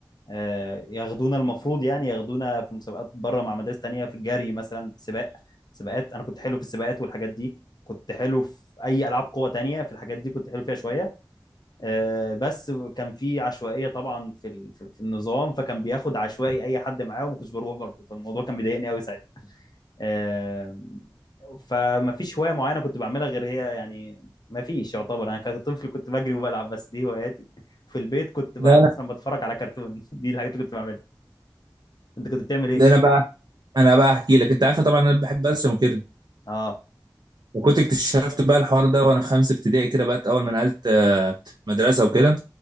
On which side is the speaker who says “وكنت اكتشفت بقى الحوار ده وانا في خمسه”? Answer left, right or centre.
Right